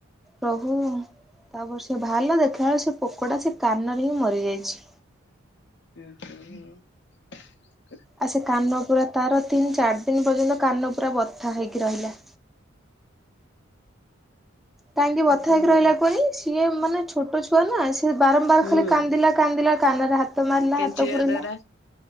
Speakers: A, in the centre; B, on the left (about 55°).
A: ପ୍ରଭୁ ତାପରେ ସେ ଭଲ ଦେଖିଲା ବେଳେ ସେ ପୋକଟା ସେ କାନରେ ହିଁ ମରିଯାଇଛି।
B: ଆଛା
A: ଆ ସେ କାନ ପୁରା ତାର ତିନି ଚାରି ଦିନ ଏ ପର୍ଯ୍ୟନ୍ତ କାନ ପୁରା ବଥା ହେଇକି ରହିଲା। କାହିଁକି ବଥା
B: ଆଉ କଣ
A: ହେକି ରହିଲା
B: କରିବ
A: ପରେ ସିଏ ମାନେ ଛୋଟ ଛୁଆ ନା ଆସି ସେ ବାରମ୍ବାର
B: ହୁଁ
A: ଖାଲି କାନ୍ଦିଲା କାନ୍ଦିଲା କାନରେ ହାତ ମାରିଲା
B: କେଞ୍ଚିବା
A: ହାତ ପୁୁରିଲା
B: ଦ୍ଵାରା